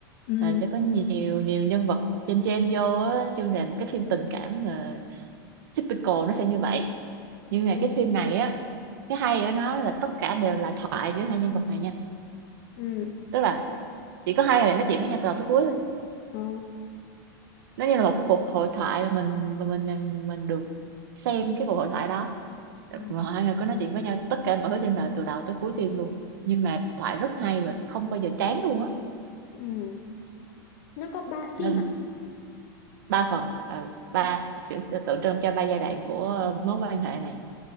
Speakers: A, on the left (about 45°); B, on the right (about 65°).
A: ừ
B: Ờ, sẽ có nhiều nhiều nhân vật chêm chêm vô á chứ là một cái phim tình cảm mà typical nó sẽ như vậy nhưng mà
A: ừ
B: cái phim này á cái hay ở nó là tất cả đều là thoại giữa hai nhân vật này nha
A: ừ
B: tức là chỉ có hai người này nói chuyện với nhau từ đầu tới cuối thôi
A: ờ,
B: nó như là một cái cuộc hội thoại là mình là mình mình mình được xem cái cuộc hội thoại đó
A: ờ,
B: mà hai người có nói chuyện với nhau tất cả mọi thứ trên đời từ đầu tới cuối phim luôn nhưng mà thoại rất hay và không bao giờ chán luôn á
A: ừ nó có ba phim
B: nên
A: à
B: ba phần ừ, ba
A: ba
B: tượng tượng trưng cho ba giai đoạn của ờ, mối quan hệ này